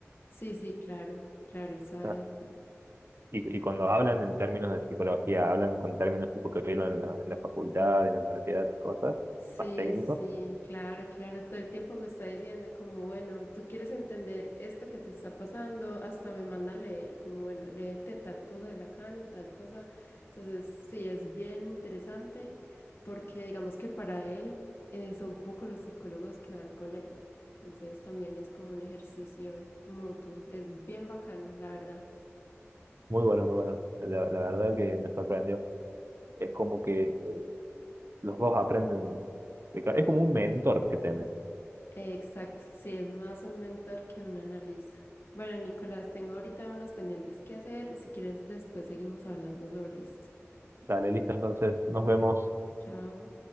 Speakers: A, on the left; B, on the right.
A: Sí, sí, claro, claro, él sabe.
B: Ah. Y, y cuando hablan en términos de psicología, hablan con términos tipo que vieron en la, en la facultad, en la universidad, esas cosas,
A: Sí,
B: más técnicos.
A: sí, claro, claro. Todo el tiempo me está diciendo como, bueno, tú quieres entender esto que te está pasando, hasta me manda a leer, como, bueno, léete tal cosa de Lacano, tal cosa. Entonces, sí, es bien interesante porque digamos que para él eh, son pocos los psicólogos que van con él. Entonces, también es como un ejercicio mutuo. Es bien bacano, la verdad.
B: Muy bueno, muy bueno. La, la verdad que me sorprendió. Es como que los dos aprenden. de ca- Es como un mentor que tenés.
A: Exacto, sí, es más un mentor que un analista. Bueno, Nicolás, tengo ahorita unos pendientes que hacer. Si quieres, después seguimos hablando sobre esto.
B: Dale, listo, entonces nos vemos.
A: Chao.